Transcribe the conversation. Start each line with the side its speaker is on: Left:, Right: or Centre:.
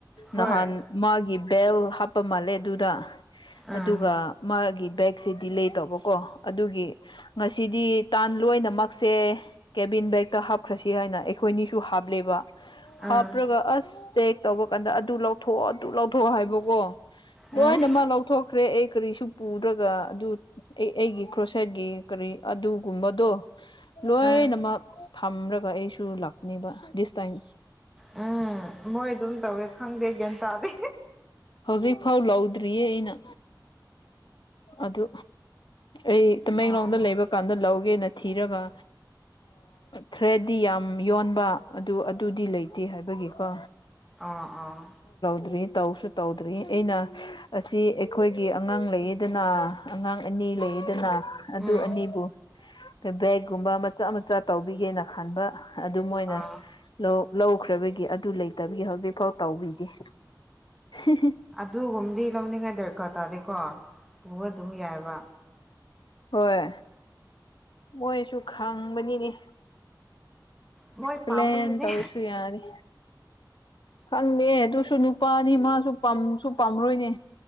Centre: ꯍꯣꯏ
Left: ꯅꯍꯥꯟ ꯃꯥꯒꯤ ꯕꯦꯜ ꯍꯥꯞꯄ ꯃꯥꯜꯂꯦ ꯑꯗꯨꯗ
Centre: ꯎꯝ
Left: ꯑꯗꯨꯒ ꯃꯥꯒꯤ ꯕꯦꯒꯁꯤꯗꯤ ꯂꯩ ꯇꯧꯕꯀꯣ ꯑꯗꯨꯒꯤ ꯉꯁꯤꯗꯤ ꯇꯥꯟ ꯂꯣꯏꯅꯃꯛꯁꯦ ꯀꯦꯕꯤꯟ ꯕꯦꯒꯛꯇ ꯍꯥꯞꯈ꯭ꯔꯁꯤ ꯍꯥꯏꯅ ꯑꯩꯈꯣꯏꯅꯤꯁꯨ ꯍꯥꯞꯂꯦꯕ
Centre: ꯎꯝ
Left: ꯍꯥꯞꯄ꯭ꯔꯒ ꯑꯁ ꯆꯦꯛ ꯇꯧꯕ ꯀꯥꯟꯗ ꯑꯗꯨ ꯂꯧꯊꯣꯛꯑꯣ ꯑꯗꯨ ꯂꯧꯊꯣꯛꯑꯣ ꯍꯥꯏꯕꯀꯣ
Centre: ꯎꯝ
Left: ꯂꯣꯏꯅ ꯃꯥ ꯂꯧꯊꯣꯛꯈ꯭ꯔꯦ ꯑꯩ ꯀꯔꯤꯁꯨ ꯄꯨꯗ꯭ꯔꯒ ꯑꯗꯨ ꯑꯩ ꯑꯩꯒꯤ ꯀ꯭ꯔꯣꯁꯥꯏꯠꯒꯤ ꯀꯔꯤ ꯑꯗꯨꯒꯨꯝꯕꯗꯣ ꯂꯣꯏꯅꯃꯛ
Centre: ꯎꯝ
Left: ꯊꯝꯔꯒ ꯑꯩꯁꯨ ꯂꯥꯛꯅꯦꯕ ꯗꯤꯁ ꯇꯥꯏꯝ
Centre: ꯎꯝ ꯃꯣꯏ ꯑꯗꯨꯝ ꯇꯧꯋꯦ ꯈꯪꯗꯦ ꯒ꯭ꯌꯥꯟ ꯇꯥꯗꯦ
Left: ꯍꯧꯖꯤꯛ ꯐꯥꯎ ꯂꯧꯗ꯭ꯔꯤꯌꯦ ꯑꯩꯅ ꯑꯗꯨ ꯑꯩ ꯇꯃꯦꯡꯂꯣꯡꯗ
Centre: ꯑꯥ
Left: ꯂꯩꯕ ꯀꯥꯟꯗ ꯂꯧꯒꯦꯅ ꯊꯤꯔꯒ ꯊ꯭ꯔꯦꯠꯗꯤ ꯌꯥꯝ ꯌꯣꯟꯕ ꯑꯗꯨ ꯑꯗꯨꯗꯤ ꯂꯩꯇꯦ ꯍꯥꯏꯕꯒꯤꯀꯣ
Centre: ꯑꯥ ꯑꯥ
Left: ꯇꯧꯗ꯭ꯔꯤ ꯇꯧꯁꯨ ꯇꯧꯗ꯭ꯔꯤ ꯑꯩꯅ ꯑꯁꯤ ꯑꯩꯈꯣꯏꯒꯤ ꯑꯉꯥꯡ ꯂꯩꯔꯤꯗꯅ ꯑꯉꯥꯡ ꯑꯅꯤ ꯑꯅꯤ ꯂꯩꯌꯦꯗꯅ ꯑꯗꯨ
Centre: ꯎꯝ
Left: ꯑꯅꯤꯕꯨ ꯑ ꯕꯦꯒꯒꯨꯝꯕ ꯃꯆꯥ ꯃꯆꯥ ꯇꯧꯕꯤꯒꯦꯅ ꯈꯟꯕ ꯑꯗꯨ ꯃꯣꯏꯅ
Centre: ꯑꯥ
Left: ꯂꯧ ꯂꯧꯈ꯭ꯔꯕꯒꯤ ꯑꯗꯨ ꯂꯩꯇꯕꯒꯤ ꯍꯧꯖꯤꯛꯐꯥꯎ ꯇꯧꯕꯤꯗꯦ ꯍ
Centre: ꯑꯗꯨꯒꯨꯝꯕꯗꯤ ꯂꯧꯅꯤꯡꯉꯥꯏ ꯗꯔꯀꯥꯔ ꯇꯥꯗꯦꯀꯣ ꯎꯕ ꯑꯗꯨꯝ ꯌꯥꯏꯕ
Left: ꯍꯣꯏ ꯃꯣꯏꯁꯨ ꯈꯪꯕꯅꯤꯅꯦ
Centre: ꯃꯣꯏ
Left: ꯑꯦꯛꯁꯄ꯭ꯂꯦꯟ
Centre: ꯄꯥꯝꯕꯒꯤꯅꯦ
Left: ꯇꯧꯔꯁꯨ ꯌꯥꯅꯤꯦ ꯈꯪꯗꯦ ꯑꯗꯨꯁꯨ ꯅꯨꯄꯥꯅꯤ ꯃꯥꯁꯨꯁꯨ ꯄꯥꯝꯔꯣꯏꯅꯦ